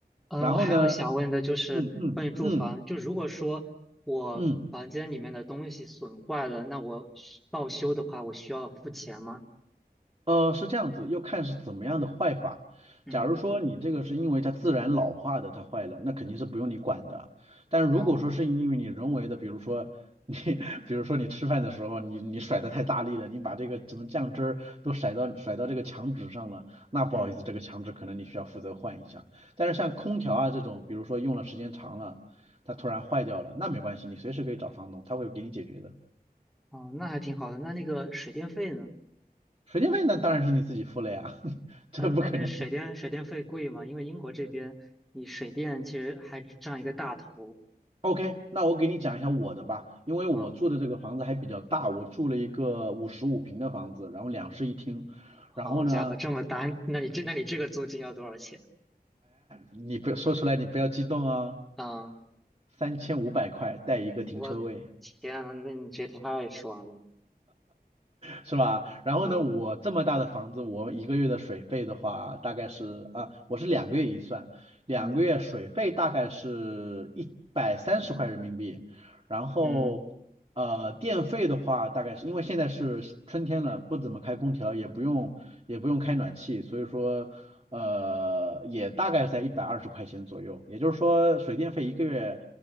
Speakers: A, in the centre; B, on the right.
A: 嗯，
B: 然后呢，
A: 我还有想问的就是关于住房，
B: 嗯嗯嗯
A: 就如果说我房间里面的东西损坏了，
B: 嗯，
A: 那我需报修的话，我需要付钱吗？
B: 呃，是这样子，要看是怎么样的坏法。
A: 嗯，
B: 假如说你这个是因为它自然老化的，它坏了，那肯定是不用你管的。但是如果说是因为你人为的，
A: 哦，
B: 比如说你，<laughs> 比如说你吃饭的时候，你你甩的太大力了，你把这个什么酱汁儿都甩到甩到这个墙纸上了，那不好意思，
A: 嗯，
B: 这个墙纸可能你需要负责换一下。但是像空调啊这种，比如说用了时间长了，它突然坏掉了，那没关系，你随时可以找房东，他会给你解决的。
A: 哦，那还挺好的。那那个水电费呢？
B: 水电费那当然是你自己付了呀，<laughs> 这不可能。
A: 嗯，那边水电水电费贵吗？因为英国这边你水电其实还占一个大头。
B: OK，那我给你讲一下我的吧，因为我住的这个房子还比较大，
A: 嗯，
B: 我住了一个五十五平的房子，然后两室一厅，
A: 好家伙，
B: 然后呢，
A: 这么大，那你这那你这个租金要多少钱？
B: 你不说出来，你不要激动啊，
A: 嗯，
B: 三千五百块带一个停车位，
A: 我天呐，那你这太爽了。
B: 是吧？然后呢，
A: 嗯
B: 我这么大的房子，我一个月的水费的话，大概是啊，我是两个月一算，两个月水费大概是一百三十块人民币，
A: 嗯
B: 然后呃，
A: 嗯。
B: 电费的话，大概是因为现在是春天了，不怎么开空调，也不用也不用开暖气，所以说呃，也大概在一百二十块钱左右，也就是说水电费一个月